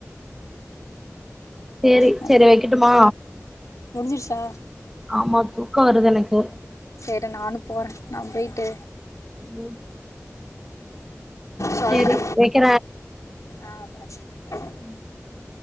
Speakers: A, in the centre; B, on the left (about 85°).
A: சேரி
B: ஹலோ
A: சேரி வைக்கட்டுமா
B: முடிஞ்சிருச்சா
A: ஆமா தூக்கோ வருது எனக்கு
B: சேரி நானு போற நா போயிட்டு
A: ம்
B: சொல்ற
A: சரி வைக்கிறேன்.
B: ஆ பாய்
A: ம்